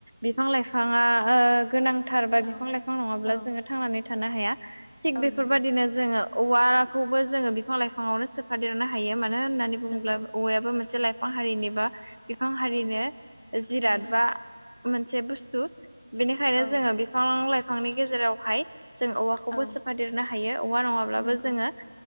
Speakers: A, on the right; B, on the left.
A: बिफां लाइफाङा गोनां थार बा बिफां
B: औ
A: लाइफां नङाब्ला
B: औ
A: जोङो थांनानै थानो हाया थिग
B: औ
A: बेफोरबायदिनो
B: नंगौ
A: जोङो औवाखौबो जोङो बिफां लाइफाङावनो सोफादेरनो हायो मानो होननानै औवायाबो
B: नंगौ
A: मोनसे लाइफां हारिनि बा बिफां हारिनो
B: औ
A: जिराद
B: नंगौ
A: बा मोनसे बुस्थु बेनिखायनो
B: औ
A: जोङो बिफां लाइफांनि गेजेरावहाय जों औवाखौबो
B: औ
A: सोफादेरनो हायो औवा नङाब्लाबो
B: नंगौ
A: जोङो